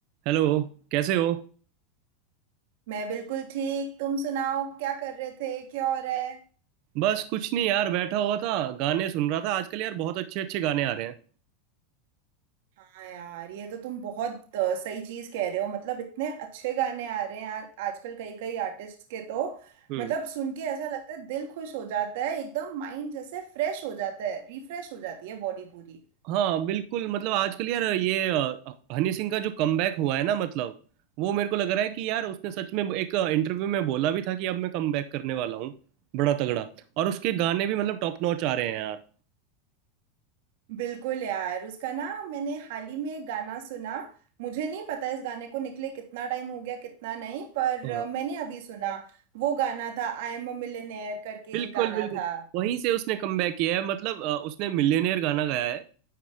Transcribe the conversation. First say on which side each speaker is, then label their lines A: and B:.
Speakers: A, on the right; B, on the right.
A: Hello कैसे हो
B: मैं बिल्कुल ठीक तुम सुनाओ क्या कर रहे थे क्या हो रहा है
A: बस कुछ नहीं यार बैठा हुआ था गाने सुन रहा था आजकल यार बहुत अच्छे अच्छे गाने आ रहे हैं
B: हाँ यार ये तो तुम बहुत अ, सही चीज कह रहे हो मतलब इतने अच्छे गाने आ रहे हैं यार आजकल कई कई आर्टिस्ट के तो
A: हम्म
B: मतलब सुन के ऐसा लगता है दिल खुश हो जाता है एकदम माइंड जैसे फ्रेश हो जाता है रिफ्रेश हो जाती है बॉडी पूरी
A: हाँ बिल्कुल मतलब आजकल यार ये अ, हनी सिंह का जो कमबैक हुआ है ना मतलब वो मेरे को लग रहा है कि यार उसने सच में एक इंटरव्यू में बोला भी था कि अब मैं कमबैक करने वाला हूँ बड़ा तगड़ा और उसके गाने भी मतलब टॉप नॉच आ रहे हैं यार
B: बिल्कुल यार उसका ना मैंने हाल ही में एक गाना सुना मुझे नहीं पता इस गाने को निकले कितना टाइम हो गया कितना नहीं पर
A: हाँ
B: अ, मैंने अभी सुना वो गाना था आई एम अ मिलियनेयर करके
A: बिल्कुल
B: एक गाना
A: बिल्कुल
B: था
A: वहीं से उसने कमबैक किया है मतलब अ, उसने मिलियनेयर गाना गाया है